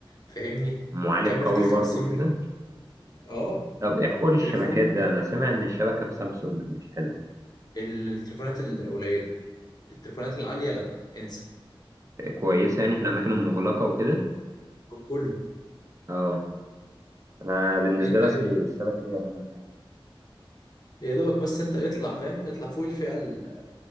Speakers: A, on the left; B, on the right.
A: فاهمني
B: معالج
A: كاميرتك
B: قوي
A: 50
B: برضه وكده
A: اه
B: طب ايه حوار
A: التليفون
B: الشبكات ده انا سامع ان الشبكه في سامسونج مش حلوه
A: التليفونات القليلة التليفونات العالية لا انسى
B: إيه، كويسه يعني في الاماكن المغلقه وكده
A: كله
B: اه انا بالنسبه
A: انت
B: لي
A: يا
B: اصلي
A: دوبك
B: الشبكه دي اهم حاجه
A: يا دوبك بس انت اطلع فاهم اطلع فوق الفئة ال-